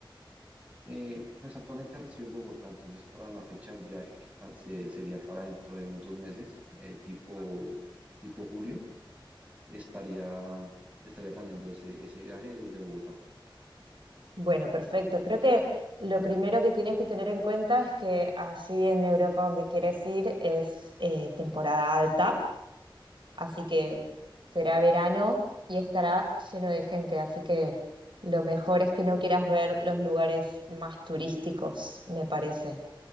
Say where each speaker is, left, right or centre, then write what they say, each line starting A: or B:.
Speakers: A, on the right; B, on the right.
A: Eh, pues actualmente recibo en Bogotá, entonces para la fecha del viaje, que plan- se- sería para dentro de unos dos meses, eh, tipo, tipo julio, estaría, estaría planeando ese, ese viaje desde Bogotá.
B: Bueno, perfecto. Creo que lo primero que tienes que tener en cuenta es que allí en Europa donde quieres ir es eh, temporada alta. Así que será verano y estará lleno de gente. Así que lo mejor es que no quieras ver los lugares más turísticos, me parece.